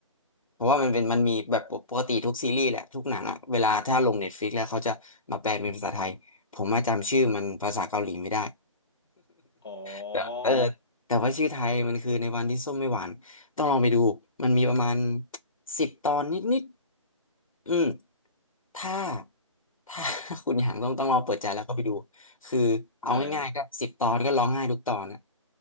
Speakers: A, on the left; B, on the left.
A: เพราะว่ามันเป็นมันมีแบบปกติทุกซีรีส์แหละ ทุกหนังอะเวลาถ้าลงเน็ตฟลิกแล้วเขาจะมาแปลเป็นภาษาไทย ผมมาจำชื่อมันภาษาเกาหลีไม่ได้
B: อ๋อ
A: <laughs> แต่เออแต่ว่าชื่อไทยมันคือในวันที่ส้มไม่หวาน ต้องลองไปดู มันมีประมาณสิบตอนนิดๆอืม ถ้าถ้า <laughs> คุณอยากต้องต้องลองเปิดใจแล้วก็ไปดูคือเอาง่ายๆก็สิบตอนก็ร้องไห้ทุกตอนอะ
B: ได้ครับ